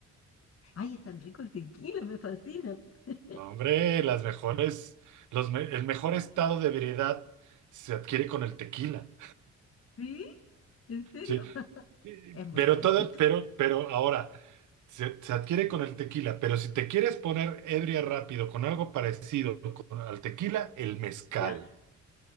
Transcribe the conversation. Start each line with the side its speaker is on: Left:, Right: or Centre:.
Left: Ay, es tan rico el tequila, me fascina. <laughs>
Right: No, Hombre, las mejores, los me- el mejor estado de ebriedad se adquiere con el tequila.
Left: ¿Sí? ¿En serio?
Right: Sí,
Left: <laughs>
Right: y-
Left: Es muy
Right: pero
Left: exquisito.
Right: todo, pero, pero ahora se, se adquiere con el tequila, pero si te quieres poner ebria rápido con algo parecido con- al tequila, el mezcal.
Left: ¿Ya?